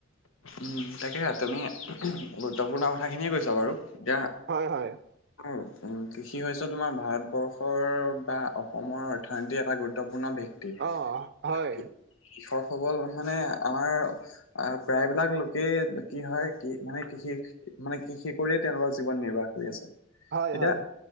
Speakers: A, on the left; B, on the right.
A: উম, তাকে তুমি গুৰুত্বপূৰ্ণ কথাখিনিয়ে কৈছা বাৰু দিয়া
B: হয় -হয়
A: উম, কৃষি হৈছে তোমাৰ ভাৰতবৰ্ষৰ বা অসমৰ অৰ্থনীতিৰ এটা গুৰুত্বপূৰ্ণ দিশ
B: অ হয়
A: কৃষক সকল মানে আমাৰ আ প্ৰায় প্ৰায়বিলাক লোকে কি হয় কি মানে কৃষি মানে কৃষি কৰিয়ে তেওঁলোকৰ জীৱন নিৰ্বাহ কৰি আছে।
B: হয়
A: এতিয়া
B: হয়